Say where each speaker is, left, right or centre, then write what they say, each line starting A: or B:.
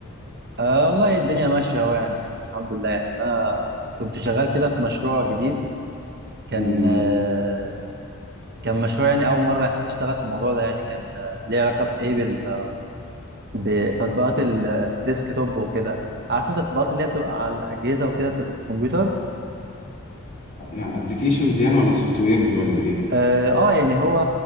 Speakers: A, on the right (about 50°); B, on the left (about 45°).
A: آه والله الدنيا ماشية أهو يعني الحمد لله يعني أنا كنت شغال كده في مشروع جديد كان
B: امم
A: آه كان مشروع يعني أول مرة أشتغل في الموضوع ده يعني كان آه ليه علاقة بإيه بال بتطبيقات ال- الديسك توب وكده عارف أنت التطبيقات اللي هي بتبقى على الأجهزة وكده بتاعت الكمبيوتر
B: يعني أبلكيشنز يعني ولا سوفت ويرز ولا إيه؟
A: آه, آه يعني هو